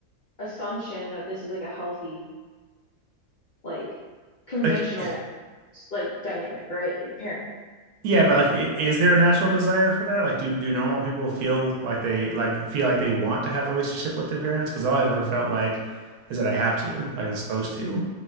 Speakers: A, on the left; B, on the right.
A: assumption that this is like a healthy, like conventional
B: Like,
A: like dynamic, right? Like parent.
B: yeah,
A: like.
B: but like, i- is there a natural desire for that? Like, do do normal people feel like they like feel like they want to have a relationship with their parents? Because all I've ever felt like is that I have to, like I'm supposed to.